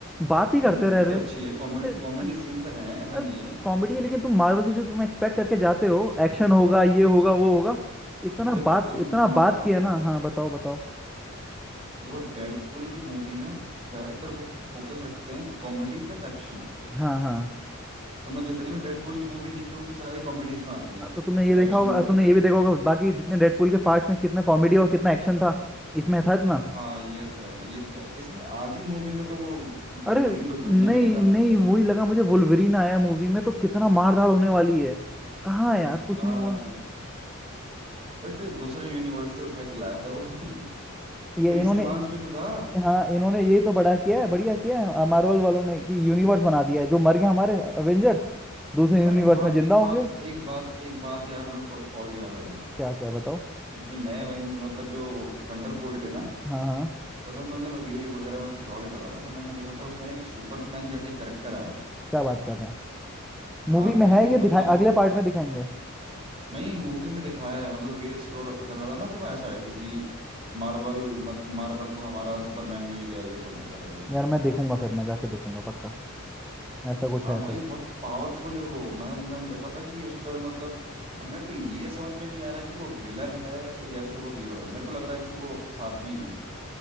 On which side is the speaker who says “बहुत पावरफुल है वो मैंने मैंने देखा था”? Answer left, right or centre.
Right